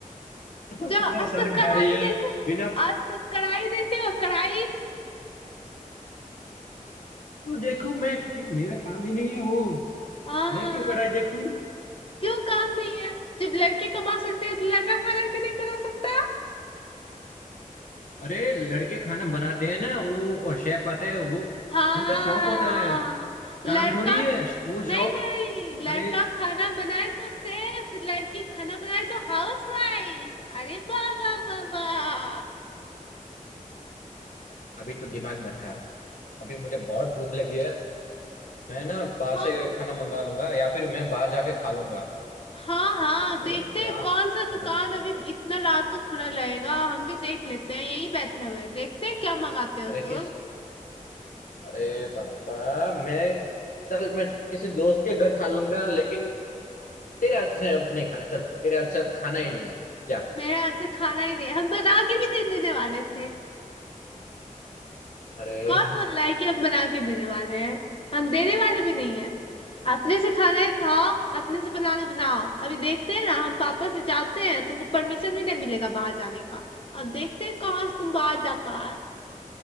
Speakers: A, on the left; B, on the left.
A: <laughs>
B: जाओ
A: तू मेरा
B: आज
A: सर
B: तक कढ़ाई
A: खा रही है
B: देखे
A: बिना
B: आज तक कढ़ाई देखे हो कढ़ाई
A: तू देखू मैं क्यों मेरा काम ही नहीं है वो
B: हाँ
A: मैं क्यों कढ़ाई देखूं
B: क्यों काम नहीं है जब लड़के कमा सकते हैं तो लड़का खाना क्यों नहीं बना सकता
A: अरे लड़के खाना बनाते हैं ना वो शेफ आते हैं वो
B: हाँ
A: उनका शौक होता है
B: लड़का
A: काम थोड़ी है श- वो
B: नहीं
A: शौक
B: नहीं लड़का
A: अरे
B: खाना बनाए तो सेफ लड़की खाना बनाए तो हाउस वाइफ अरे वाह वाह वाह वाह
A: अभी तो दिमाग मत खा अभी मुझे बहुत भूख लगी है मैं ना बाहर
B: हाँ
A: से खाना मंगा लूंगा या फिर मैं बाहर जाके खा लूंगा
B: हाँ हाँ
A: तो
B: देखते
A: भाई जा
B: हैं कौन सा दुकान
A: जाना भाई
B: अभी इतना रात को खुला रहेगा हम भी देख लेते हैं यही बैठे हुए हैं देखते हैं क्या मंगाते हो
A: अरे
B: तुम
A: किस अरे पापा मैं चल मैं किसी दोस्त के घर खा लूंगा लेकिन तेरे हाथ से अब नहीं खाना चल तेरे हाथ से अब खाना ही नहीं है जा
B: मेरे हाथ से खाना ही नहीं हम बना के भी नहीं देने वाले थे
A: अरे
B: कौन बोल रहा है कि हम बना के देने वाले हैं हम देने वाले भी नहीं है अपने से खाना है खाओ अपने से बनाने बनाओ अभी देखते हैं ना हम पापा से जाते हैं तुमको परमिशन भी नहीं मिलेगा बाहर जाने का अब देखते हैं कौन से तुम बाहर जाता है